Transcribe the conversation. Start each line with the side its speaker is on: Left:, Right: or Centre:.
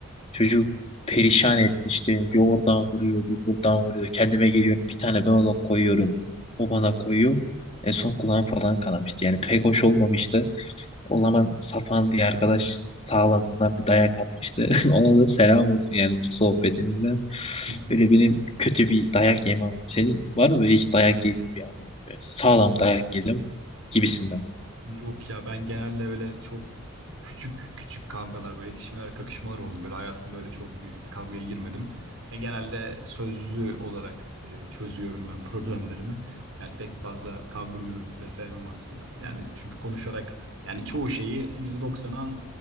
Left: çocuk perişan etmişti. Bir oradan vuruyor, bir buradan vuruyor. Kendime geliyorum.
Right: <laughs>
Left: Bir tane ben ona koyuyorum. O bana koyuyor. En son kulağım falan kanamıştı. Yani pek hoş olmamıştı. O zaman Safan diye arkadaş sağlamından bir dayak atmıştı. <laughs> Ona da selam olsun yani bu sohbetinizden.
Right: <laughs>
Left: Böyle benim kötü bir dayak yeme anım. Senin var mı böyle hiç dayak yediğin bir anın? Böyle sağlam dayak yedim gibisinden.
Right: Yok ya ben genelde böyle çok küçük küçük kavgalar böyle itişmeler kakışmalar oldu. Böyle hayatımda öyle çok büyük bir kavgaya girmedim. Yani genelde sözlü olarak e, çözüyorum ben <laughs> problemlerimi. Yani pek fazla kavga gürültü de sevmem aslında. Yani çünkü konuşarak yani çoğu şeyi %90'an